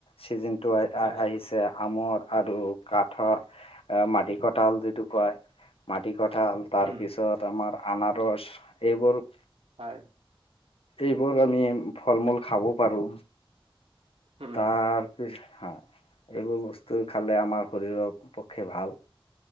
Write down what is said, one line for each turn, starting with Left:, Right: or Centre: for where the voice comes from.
Left: চিজিনটো আহ আহ
Right: হয়
Left: আহিছে আমৰ। আৰু কাঠৰ, মাটি কঠাল যিটো কয় মাটি কঠ ঠাল তাৰ
Right: উম
Left: পিছত আমাৰ আনাৰস এইবোৰ
Right: হয়।
Left: এইবোৰ আমি ফল- মূল খাব পাৰো,
Right: উম
Left: তাৰ হয় এইবোৰ বস্তু খালে আমাৰ শৰীৰৰ পক্ষে ভাল।